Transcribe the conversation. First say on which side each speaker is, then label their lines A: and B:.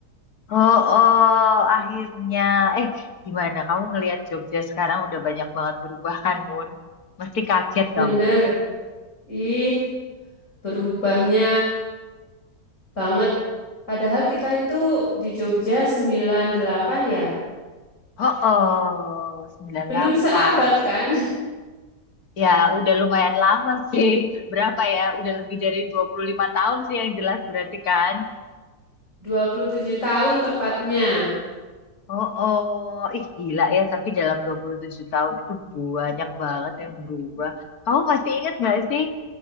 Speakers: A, on the left (about 65°); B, on the left (about 45°).
A: Oh, oh, akhirnya. Eh, gimana kamu ngelihat Jogja sekarang udah banyak banget berubah kan Mun? Mesti kaget
B: Bener.
A: kamu.
B: Ih, berubahnya banget. Padahal kita itu di Jogja sembilan delapan ya.
A: Oh, oh, sembilan
B: Belum
A: delapan.
B: seabad kan?
A: Ya, udah lumayan lama sih. Berapa ya? Udah lebih dari 25 tahun sih yang jelas berarti kan?
B: <laughs> 27 tahun tepatnya.
A: Oh, oh, ih gila ya, tapi dalam 27 tahun itu banyak banget yang berubah. Kamu masih ingat nggak sih,